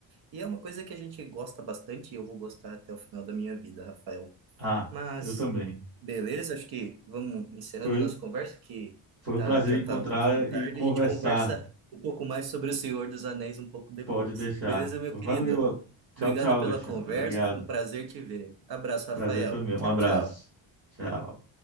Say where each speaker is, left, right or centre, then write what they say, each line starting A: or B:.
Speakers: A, on the right; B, on the right.
A: E é uma coisa que a gente gosta bastante e eu vou gostar até o final da minha vida, Rafael.
B: Ah,
A: Mas,
B: eu também.
A: beleza, acho que vamos encerrando
B: Foi,
A: nossa conversa, que
B: foi
A: tá,
B: um prazer
A: já
B: encontrar
A: tá um pouquinho tarde.
B: e conversar.
A: A gente conversa um pouco mais sobre O Senhor dos Anéis um pouco depois.
B: Pode deixar.
A: Beleza, meu
B: Valeu.
A: querido?
B: Tchau,
A: Obrigado
B: tchau,
A: pela
B: Alexandre.
A: conversa,
B: Obrigado.
A: foi um prazer te ver. Abraço, Rafael.
B: Prazer foi meu.
A: Tchau,
B: Um abraço.
A: tchau.
B: Tchau.